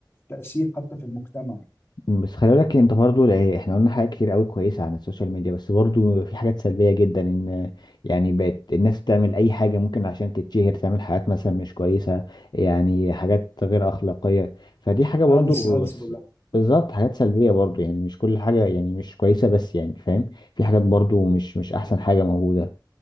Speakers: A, on the left; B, on the left.
A: تاثير حتى في المجتمع يعني
B: أمم، بس خلي بالك انت برضو يعني احنا قلنا حاجات كتير قوي كويسه عن السوشيال ميديا بس برضو في حاجات سلبيه جدا ان يعني بقت الناس بتعمل اي حاجه ممكن عشان تتشهر تعمل حاجات مثلا مش كويسه يعني حاجات غير اخلاقيه فدي حاجه برضو
A: هلس هلس
B: بس
A: كلها
B: بالظبط حاجات سلبيه برضو يعني مش كل حاجه يعني مش كويسه بس يعني فاهم في حاجات برضو مش مش احسن حاجه موجوده